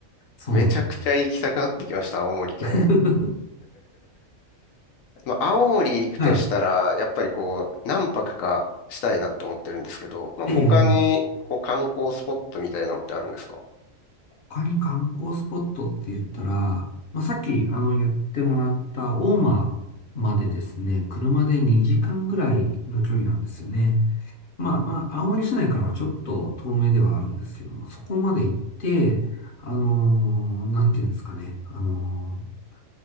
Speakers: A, on the left (about 45°); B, on the left (about 85°).
A: そうなんです。
B: めちゃくちゃ行きたくなってきました、青森県。
A: <laughs>
B: まあ、青森行くとしたら、
A: はい。
B: やっぱりこう、何泊かしたいなって思ってるんですけど、まあ、
A: ええ、
B: 他に、こう、観光スポットみたいなのってあるんですか
A: 他に観光スポットって言ったら、まあ、さっき、あの、言ってもらった大間までですね、車で2時間ぐらいの距離なんですよね。まあ、まあ青森市内からはちょっと遠目ではあるんですけども、そこまで行って、あのーなんていうんですかね、あのー